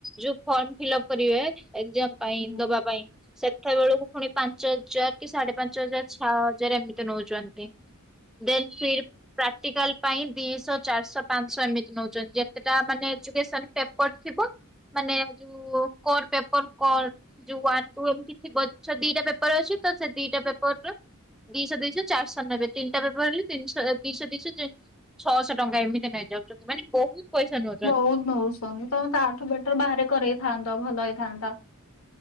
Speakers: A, in the centre; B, on the left.
A: ଯୋଉ ଫର୍ମ ଫିଲପ କରିବେ ଏକ୍ଜାମ ପାଇଁ
B: ହୁଁ।
A: ଦବା ପାଇଁ ସେତବେଳକୁ ପୁଣି ପାଞ୍ଚ ହଜାର କି ସାଢେ ପାଞ୍ଚ ହଜାର ଛଅ ହଜାର ଏମିତି ନଉଛନ୍ତି। ଦେନ ଫର ପ୍ରାକ୍ଟିକାଲ ପାଇଁ ଦିଶହ ଚାରିଶହ ପାଞ୍ଚଶହ ଏମିତି ନଉଛନ୍ତି ଯେତେଟା ମାନେ ଏଜୁକେସନ ପେପର ଥିବ ମାନେ ଯୋଉ କୋର ପେପର କୋର ଯୋଉ ୱାନ ଟୁ ଏମିତି ଥିବ ସେ ଦିଟା ପେପର ଅଛି। ତ ସେ ଦିଟା ପେପରର ଦିଶହ ଦୁଇଶହ ଚାରିଶହ ନେବେ ତିନିଟା ପେପର ହେଲେ ତିନିଶହ ଦିଶହ ଦିଶହ ଛଅଶହ ଟଙ୍କା ଏମିତି ନେଇ ଯାଉଛନ୍ତି ମାନେ ବହୁତ ପଇସା ନଉଛନ୍ତି।
B: ବହୁତ ବହୁତ ଶନି ତମେ ତ ଆ ଠୁ ବେଟର ବାହାରେ କରେଇଥାନ୍ତ ତ ଭଲ ହେଇଥାନ୍ତା।